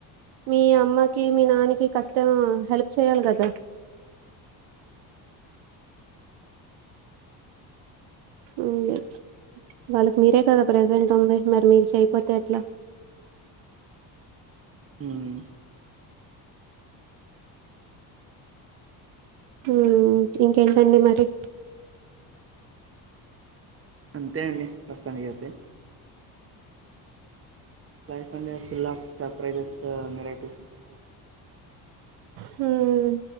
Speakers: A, on the right; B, on the right.
A: మీ అమ్మకి మీ నాకి కష్ టం హెల్ప్ చేయాలి కదా అవును వాళ్ళకి మీరే కదా ప్రెసెంట్ ఉంది మరి మీరు చేయపోతే అట్లా
B: మ్మ్
A: మ్మ్ ఇంకేంటండి మరి
B: అంతే అండి ప్రస్తుతానికి అయితే లైఫ్ అంటే అప్పుల సర్ప్రైజెస్ మిరాకిల్స్ ఉంటాయి కదా
A: మ్మ్